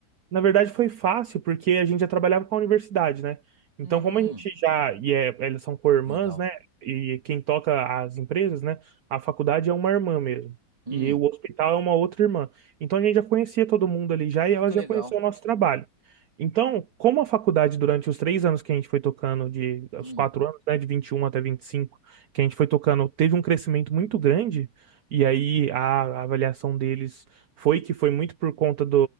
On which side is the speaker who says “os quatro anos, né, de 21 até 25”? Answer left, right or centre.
Right